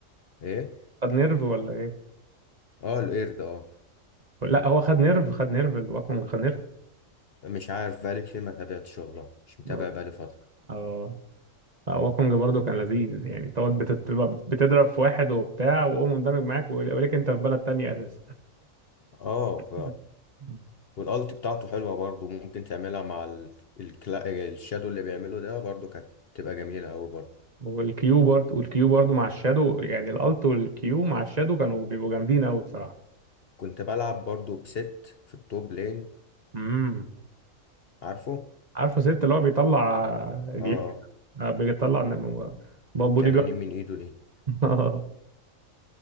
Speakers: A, on the left; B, on the right.
A: ايه
B: خد نيرف ولا ايه
A: اه القرد اه
B: لا هو خد نيرف خد نيرف الواكونج خد نيرف
A: مش عارف بقالي كتير ما تابعتش والله مش متابع
B: مم.
A: بقالي فترة
B: اه لا، واكونج برضو كان لذيذ يعني تقعد بتت... بتضرب في واحد وبتاع وهو مندمج معاك ولكن انت في بلد تانية اساسا
A: اه
B: <laughs>
A: ف والالت بتاعته حلوة برضو ممكن تعملها مع ال... الكلا... الشادو اللي بيعمله ده برضو كانت تبقى جميلة اوي برضو
B: والكيو برضو والكيو برضو مع الشادو يعني الالت والكيو مع الشادو كانوا بيبقوا جامدين قوي بصراحه
A: كنت بلعب برضو بست في التوب لين
B: امم
A: عارفه
B: عارفه ست اللي هو بيطلع جيوب
A: اه
B: آه، بيطلع نم- بودي
A: تنانين
B: جارد
A: من ايده دي
B: <laughs>